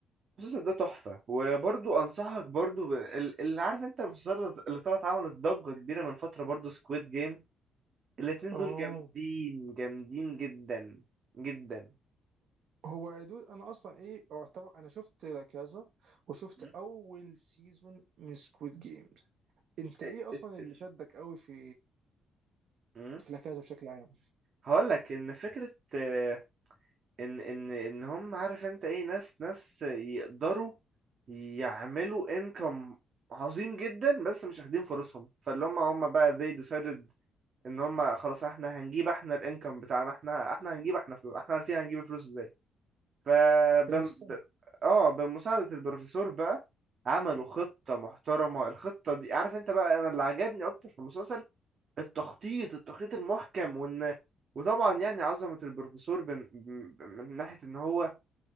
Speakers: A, on the right; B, on the right.
A: المسلسل ده تحفة وبرضو انصحك برضو ب... ال- اللي عارف انت المسلسل اللي طلعت عملت ضجة كبيرة من فترة برضو سكويد جيم الاتنين
B: اه
A: دول جامدين جامدين جدا جدا
B: هو يا دود انا اصلا ايه اعتبر انا شفت لا كازا وشفت
A: مم.
B: اول سيزون من سكويد جيمز انت ايه
A: إيه-
B: اصلا
A: إيه-
B: اللي
A: إيه.
B: شدك قوي في
A: مم.
B: في العكازه بشكل عام
A: هقول لك ان فكره آه، ان ان ان هم عارف انت ايه ناس ناس يقدروا يعملوا انكم عظيم جدا بس مش واخدين فرصهم فاللي هم هم بقى they decided ان هم خلاص احنا هنجيب احنا الانكم بتاعنا احنا احنا هنجيب احنا فلوس احنا عارفين هنجيب الفلوس ازاي ف بم-
B: بنفس السنه
A: ب... اه بمساعده البروفيسور بقى عملوا خطه محترمه الخطه دي عارف انت بقى انا اللي عجبني اكتر في المسلسل التخطيط التخطيط المحكم وان وطبعا يعني عظمة البروفيسور بن... ب- من ناحية ان هو